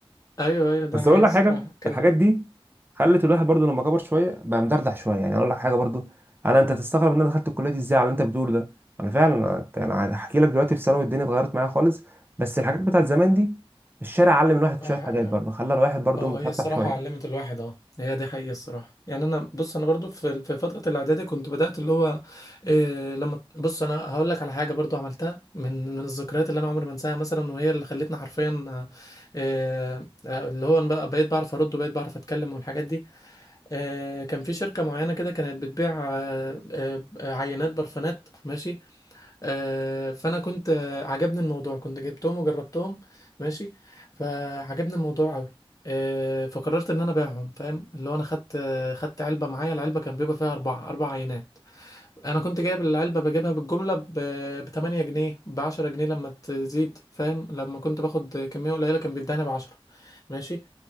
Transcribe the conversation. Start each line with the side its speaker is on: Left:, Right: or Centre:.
Left: ايوه ايوه ده
Right: بس
Left: حقيقة
Right: اقول لك
Left: الصراحة
Right: حاجه
Left: كان
Right: الحاجات دي خلت الواحد برضو لما كبر شويه بقى مدردح شويه يعني اقول لك حاجه برضو انا انت تستغرب ان انا دخلت الكليه دي ازاي على اللي انت بتقوله ده انا فعلا انا أنا هحكي لك دلوقتي في ثانوي الدنيا اتغيرت معايا خالص بس الحاجات بتاعت زمان دي الشارع علم الواحد
Left: اه
Right: شويه حاجات برضو خلى الواحد برضو
Left: اه
Right: متفتح
Left: هي الصراحة
Right: شويه
Left: علمت الواحد اه هي دي حقيقة الصراحة يعني انا بص انا برضو في في فترة الاعدادي كنت بدأت اللي هو إيه لما بص انا هقول لك على حاجة برضو عملتها من من الذكريات اللي انا عمري ما انساها مثلا وهي اللي خلتني حرفيا آه، إيه آه، اللي هو أنا بقى بقيت بعرف ارد وبقيت بعرف اتكلم والحاجات دي إيه كان في شركة معينة كده كانت بتبيع آه، آه، آه، عينات برفانات ماشي آه، فانا كنت آه، عجبني الموضوع كنت جبتهم وجربتهم ماشي فعجبني الموضوع قوي آه، فقررت ان انا ابيعهم فاهم اللي هو انا خدت آه، خدت علبه معايا العلبه كان بيبقى فيها اربعه اربع عينات انا كنت جايب العلبه بجيبها بالجمله ب 8 جنيه ب 10 جنيه لما تزيد فاهم لما كنت باخد كميه قليله كان بيداني ب 10 ماشي